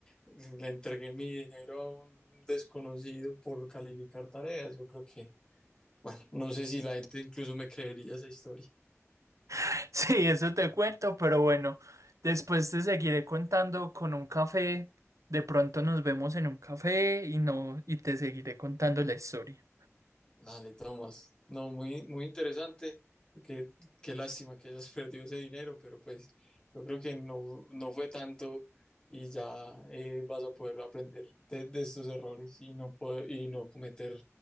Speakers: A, on the left; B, on the right.
A: le entregué mi dinero a un desconocido por calificar tareas, yo creo que... Bueno, no sé si la gente incluso me creería esa historia.
B: <laughs> Sí, eso te cuento, pero bueno, después te seguiré contando con un café. De pronto nos vemos en un café y no, y te seguiré contando la historia.
A: Dale, Tomás. No, muy, muy interesante, porque qué lástima que hayas <laughs> perdido ese dinero, pero pues yo creo que no, no fue tanto y ya eh, vas a poder aprender de, de estos errores y no, poder- y no cometer